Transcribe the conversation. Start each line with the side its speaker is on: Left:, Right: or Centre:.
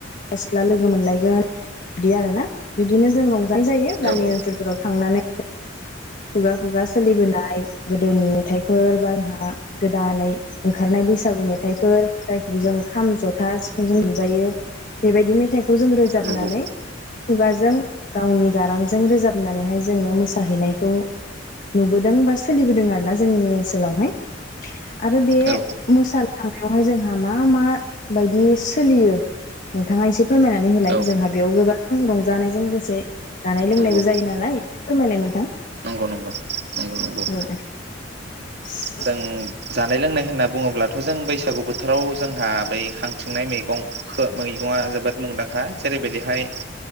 Left: सिख्ला लोगो मोनलायगोन बिदि आरोना बिदिनो जों रंजानाय जायो गामि
Right: औ औ
Left: ओनसोलफोराव थांनानै खुगा खुगा सोलिबोनाय गोदोनि मेथाइफोर बा जोंहा गोदानै ओंखारनाय बैसागु मेथाइफोर जायखौ जों खाम जथा सिफुंजों मोनजायो। बेबायदि मेथाइखौ जों रोजाबनानै
Right: नंगौ
Left: खुगाजों गावनि गारांजों रोजाबनानैहाय जोङो मोसाहैनायखौ नुबोदों बा सोलिबोदों आरोना जोंनि ओनसोलावहाय। आरो बे
Right: औ
Left: मोसाखांनायावहाय जोंहा मा मा बायदि सोलियो? नोंथाङा एसे फोरमायनानै होलाय
Right: औ
Left: जोंहा बेयाव गोबां रंजानायजों लोगोसे जानाय लोंनायबो
Right: नंगौ
Left: जायो नालाय फोरमायनायाय नोंथां
Right: नंगौ नंगौ नंगौ
Left: औ औ।
Right: जों जानाय लोंनाय होनना बुङोब्लाथ' जों बैसागु बोथोराव जोंहा बै खांथिंनाय मैगं खो मैगंआ जोबोद मुंदांखा जेरैबायदिहाय।